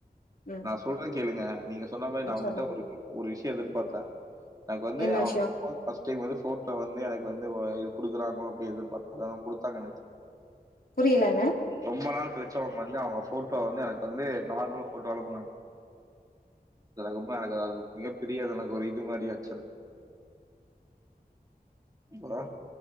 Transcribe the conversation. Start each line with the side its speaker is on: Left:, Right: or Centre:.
Left: ம்
Right: நா சொல்றது கேளுங்க நீங்க சொன்ன மாரி
Left: ம்,
Right: நா அவங்ககிட்ட
Left: சொல்லுங்க
Right: ஒரு ஒரு விஷ்யோ எதிர்பாத்தே எனக்கு வந்து
Left: என்ன
Right: அவங்க
Left: விஷயோ
Right: <inaudible> ஃபர்ஸ்ட் டைம் வந்து போட்டோ வந்து எனக்கு வந் இது குடுக்குறாங்களா அப்படி எதிர்பார்த்த தா குடுத்தாங்க எனக்கு
Left: புரியலங்க
Right: ரொம்ப நாள் கழிச் அவங்க வந்து அவங்க போட்டோ வந்து எனக்கு வந்து நார்மலா போட்டோ அனுப்புனாங்க எனக்கு இன்னு அது மிகப்பெரிய எனக்கு ஒரு இது மாரி ஆச்சுல்லங் ஹலோ